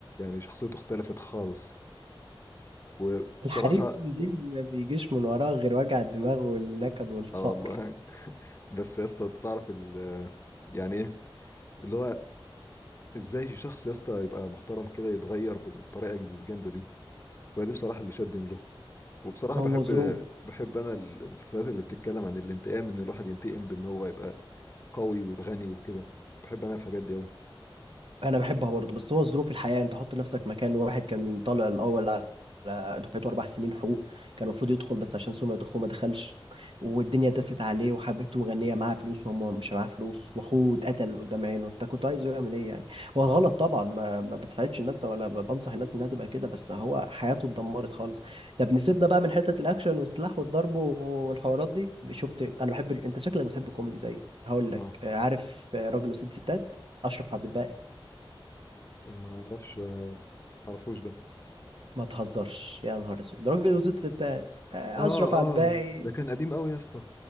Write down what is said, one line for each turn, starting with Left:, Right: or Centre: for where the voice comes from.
Left: شخصيته اختلفت خالص وبصراحة
Right: الحريم دي ما بيجيش من وراها غير وجع الدماغ والنكد والفقر
Left: اه والله بس يا اسطى أنت تعرف ال يعني ايه اللي هو ازاي شخص يا اسطى يبقى محترم كده يتغير بالطريقة الجامدة دي فدي بصراحة اللي شدني له وبصراحة
Right: هو
Left: بحب
Right: ظروف
Left: بحب انا المسلسلات اللي بتتكلم عن الانتقام ان الواحد ينتقم بان هو يبقى قوي ويبقى غني وكده بحب انا الحاجات دي قوي
Right: انا بحبها برضه بس هو ظروف الحياه انت حط نفسك مكان واحد كان طالع الاول على على دفعته اربع سنين حقوق كان المفروض يدخل بس عشان سمعه اخوه ما دخلش والدنيا دست عليه وحبيبته غنيه معاها فلوس وهو مش معاه فلوس واخوه اتقتل قدام عينه انت كنت عايزه يعمل ايه يعني هو
Left: نعم.
Right: غلط طبعا ما, ما بساعدش الناس ولا ب- بنصح الناس انها تبقى كده بس هو حياته اتدمرت خالص طب نسيبنا بقى من حته الاكشن والسلاح والضرب والحوارات دي شفت انا بحب ال- انت شكلك بتحب الكوميدي زيي هقول
Left: اه
Right: لك آه، عارف آه، راجل وست ستات اشرف عبد الباقي
Left: وما اعرفش ما اعرفوش ده
Right: ما تهزرش يا نهار اسود ده راجل وست ستات آه،
Left: اه
Right: اشرف عبد الباقي
Left: اه ده كان قديم قوي يا اسطى